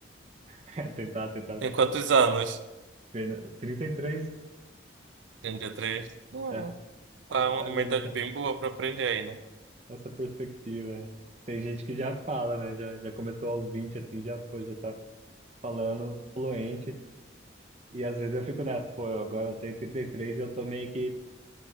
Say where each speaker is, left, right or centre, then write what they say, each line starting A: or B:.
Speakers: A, on the right; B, on the right.
A: <laughs> tentar, tentar
B: Tem quantos anos?
A: ver, na- 33,
B: 33? Não,
A: é,
B: tá
A: tentar
B: uma uma
A: vendo
B: idade
A: essa,
B: bem boa pra aprender aí, né?
A: essa perspectiva. é. Tem gente que já fala, né, já, já começou aos 20 assim, já, pô, já tá falando fluente, e às vezes eu fico nessa, pô, eu agora eu tenho 33 e três e eu tô meio que